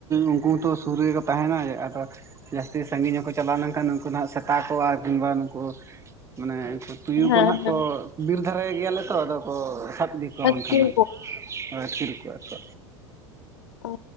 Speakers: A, on the right; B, on the left.
A: ᱩᱱᱠᱩ ᱦᱚᱛᱚ ᱥᱩᱨ ᱨᱮᱜᱮ ᱠᱚ ᱛᱟᱦᱮᱱᱟ ᱟᱫᱚ ᱡᱟᱹᱥᱛᱤ ᱥᱟᱺᱜᱤᱧ ᱦᱚᱸᱠᱚ ᱪᱟᱞᱟᱣ ᱞᱮᱱᱠᱷᱟᱱ ᱱᱩᱠᱩ ᱫᱚ ᱦᱟᱸᱜ ᱥᱮᱛᱟ ᱠᱚ ᱟᱨ ᱠᱤᱢᱵᱟ ᱱᱩᱠᱩ ᱢᱟᱱᱮ ᱩᱝᱠᱩ ᱛᱩᱭᱩ
B: ᱦᱮᱸ
A: ᱠᱚ ᱱᱟᱸᱜ
B: ᱦᱮᱸ
A: ᱠᱚ ᱵᱤᱨ ᱫᱷᱟᱨᱮ ᱜᱮᱭᱟᱞᱮ ᱛᱚ ᱟᱫᱚ ᱠᱚ ᱥᱟᱵᱽ ᱤᱫᱤ ᱠᱚᱣᱟ
B: ᱟᱹᱛᱠᱤᱨ
A: ᱵᱟᱝᱠᱷᱟᱱ ᱱᱟᱜ ᱟᱹᱛᱠᱤᱨ ᱠᱚᱣᱟ ᱠᱚ
B: ᱚ